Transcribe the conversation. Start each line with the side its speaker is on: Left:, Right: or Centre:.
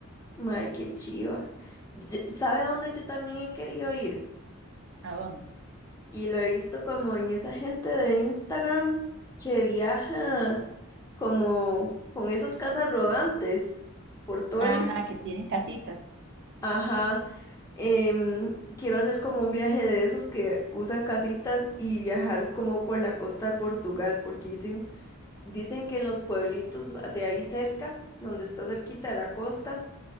Left: Mae, qué chiva. Ye- ¿Sabe a dónde yo también he querido ir?
Right: ¿A dónde?
Left: Y lo he visto como en esa gente de Instagram que viaja como con esas casas rodantes por todo
Right: Ajá,
Left: el mundo.
Right: que tienen casitas.
Left: Ajá. Em, quiero hacer como un viaje de esos que usan casitas y viajar como por la costa de Portugal, porque dicen, dicen que en los pueblitos de ahí cerca, donde está cerquita de la costa,